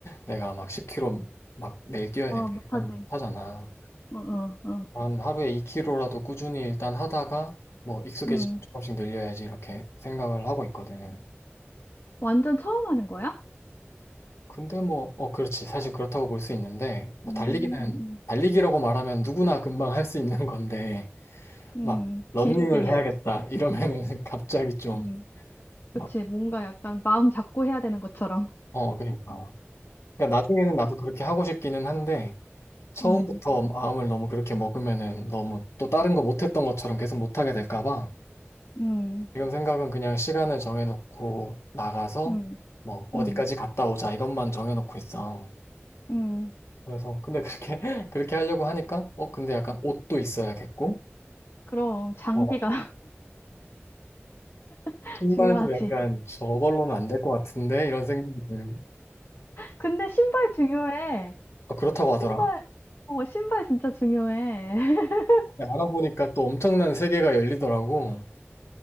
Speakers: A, on the left; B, on the left.
A: 내가 막 10km 막 매일 뛰어야
B: 와,
A: 돼.
B: 못하지.
A: 이렇게는 못 하잖아.
B: 어, 어, 어.
A: 한 하루에 2kg라도 꾸준히 일단 하다가 뭐 익숙해지면
B: 음,
A: 조금씩 늘려야지 이렇게 생각을 하고 있거든.
B: 완전 처음 하는 거야?
A: 근데 뭐, 어, 그렇지. 사실 그렇다고 볼 수 있는데, 뭐
B: 음,
A: 달리기는,
B: 음,
A: 달리기라고 말하면 누구나 금방 할 수 있는 건데,
B: 음.
A: 막
B: 응.
A: 러닝을
B: 길게 해야지.
A: 해야겠다 이러면은 <laughs> 갑자기 좀
B: 음,
A: 막,
B: 그치. 뭔가 약간 마음 잡고 해야 되는 것처럼.
A: 어, 그러니까. 그러니까 나중에는 나도 그렇게 하고 싶기는 한데, 처음부터
B: 음,
A: 마음을 너무 그렇게 먹으면은 너무 또 다른 거 못했던 것처럼 계속 못하게 될까 봐.
B: 음,
A: 지금 생각은 그냥 시간을 정해놓고 나가서
B: 음,
A: 뭐 어디까지
B: 음,
A: 갔다 오자 이것만 정해놓고 있어.
B: 음.
A: 그래서 근데 그렇게 <laughs> 그렇게 하려고 하니까 어 근데 약간 옷도 있어야겠고
B: 그럼 장비가
A: 어
B: <laughs>
A: 신발도
B: 중요하지.
A: 약간 저걸로는 안 될 것 같은데 이런 생각이 들고
B: 근데 신발 중요해.
A: 어, 그렇다고
B: 신발,
A: 하더라.
B: 어, 신발 진짜 중요해. <laughs>
A: 알아보니까 또 엄청난 세계가 열리더라고.